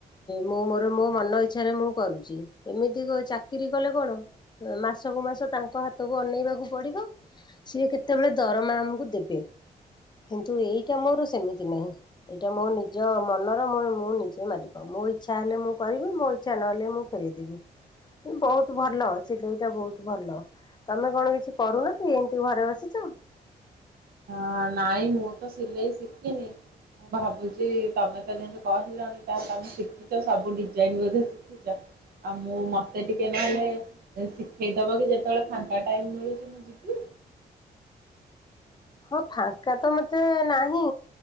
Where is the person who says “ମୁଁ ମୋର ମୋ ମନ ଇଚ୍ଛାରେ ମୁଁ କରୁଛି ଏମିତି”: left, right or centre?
Left